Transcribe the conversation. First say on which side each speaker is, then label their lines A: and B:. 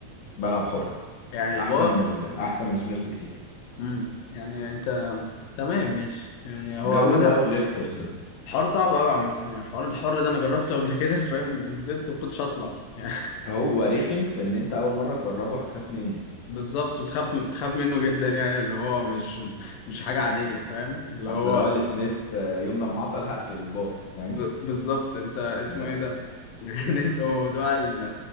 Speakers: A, on the left (about 70°); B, on the left (about 90°).
A: بلعب حر
B: يعني الباء
A: احسن من ال- احسن من سميث بكتير
B: امم يعني انت تمام ماشي يعني هو
A: جو
B: عامة
A: الباور ليفترز ده
B: حوار صعب قوي عامة يعني حوار الحر ده انا جربته قبل كده <laughs> فاهم نزلت وكنتش هطلع يعني
A: هو رخم في ان انت اول مره تجربه هتخاف منه
B: <laughs> بالظبط بتخاف بتخاف منه جدا يعني اللي هو مش مش حاجة عادية فاهم اللي
A: اصل
B: هو
A: لو قال سميث آه، يوم لما عطل هقفل البار فاهم
B: ب... بالظبط انت اسمه
A: لا
B: ايه ده <laughs> يعني انت هو موضوع ال...